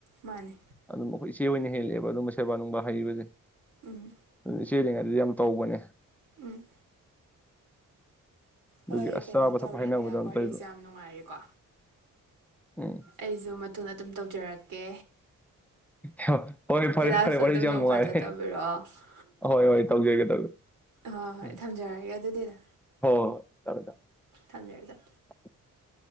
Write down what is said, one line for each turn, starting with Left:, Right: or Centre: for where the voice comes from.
Right: ꯃꯥꯅꯦ
Centre: ꯑꯗꯨꯝ ꯑꯩꯈꯣꯏ ꯏꯆꯦ ꯍꯣꯏꯅ ꯍꯦꯜꯂꯛꯦꯕ ꯑꯗꯨꯝ ꯁꯦꯕꯥ ꯅꯨꯡꯕꯥ ꯍꯩꯕꯁꯦ
Right: ꯎꯝ
Centre: <unintelligible> ꯆꯦꯜꯂꯤꯉꯩꯗꯗꯤ ꯌꯥꯝ ꯇꯧꯕꯅꯦ
Right: ꯎꯝ
Centre: ꯑꯗꯨꯒꯤ
Right: ꯍꯣꯏ
Centre: ꯑꯁ
Right: ꯀꯩꯅꯣ
Centre: ꯆꯥꯕ
Right: ꯇꯧꯔꯦꯗꯗꯥ
Centre: ꯊꯛꯄ ꯍꯥꯏꯅꯕꯗꯣ
Right: ꯋꯥꯔꯤꯁꯦ
Centre: ꯇꯧꯋꯦꯕ
Right: ꯌꯥꯝ ꯅꯨꯡꯉꯥꯏꯔꯤꯀꯣ
Centre: ꯎꯝ
Right: ꯑꯩꯁꯨ ꯃꯇꯨꯡꯗ ꯑꯗꯨꯝ ꯇꯧꯖꯔꯛꯀꯦ
Centre: ꯍꯣ ꯍꯣꯏ ꯐꯔꯦ
Right: ꯗꯗꯥꯁꯨ
Centre: ꯐꯔꯦ ꯋꯥꯔꯤꯁꯦ
Right: ꯑꯗꯨꯝ
Centre: ꯌꯥꯝ
Right: ꯅꯣꯡ
Centre: ꯅꯨꯡꯉꯥꯏꯍꯦ
Right: ꯐꯥꯗꯣꯛ ꯇꯧꯕꯤꯔꯛꯑꯣ
Centre: ꯍꯣꯏ ꯍꯣꯏ ꯇꯧꯖꯔꯒꯦ ꯇꯧꯖꯦ
Right: ꯍꯣꯏ ꯍꯣꯏ
Centre: ꯎ
Right: ꯊꯝꯖꯔꯒꯦ ꯑꯗꯨꯗꯤꯗ
Centre: ꯍꯣꯏ ꯊꯝꯃꯦ ꯊꯝꯃꯦ
Right: ꯊꯝꯖꯔꯒꯦ ꯊꯝꯖꯔꯦ
Centre: <inaudible>